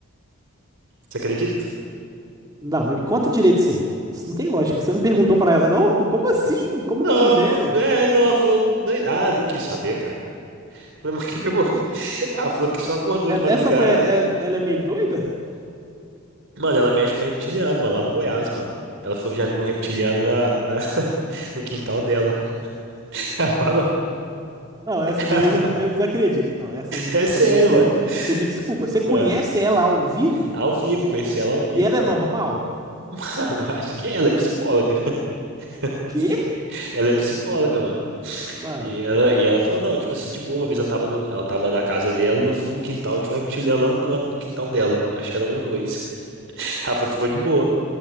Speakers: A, on the right; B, on the right.
A: Você acredita?
B: não, me conta direito isso aí. Isso não tem lógica. Você não perguntou pra ela, não? Como assim?
A: Não,
B: Como que eles eram?
A: é, não, falou. nem- Ah, nem quis saber, cara. <laughs> Falei, mas o que que eu vou <laughs> ver? Ah, falou que só acordou
B: Ela-
A: de madrugada.
B: Essa mulher, é- ela é meio doida?
A: Mano, ela mexe com um reptiliano, mano, lá no Goiás, mano. Ela falou que já viu um reptiliano na, na- <laughs> no quintal dela. <laughs> Ela falou,
B: Não, essa daí
A: ela falou-
B: eu já não- eu desacredito. Não, essa,
A: é
B: essa
A: sério,
B: moça
A: mano.
B: aí, você me desculpa. Você
A: Mano,
B: conhece ela ao vivo?
A: ao vivo, conheci ela ao vivo,
B: E ela
A: mano.
B: é normal?
A: <laughs> acho que ela é psicóloga. <laughs>
B: Quê?
A: Ela é psicóloga, mano.
B: Mano,
A: E ela, e ela falou, não, tipo assim, de boa, uma vez ela tava, no- ela tava na casa dela, no fundo do quintal tinha um reptiliano lá no canto do quintal dela. Acho que era um ou dois. <laughs> Ela falou, ficou de boa.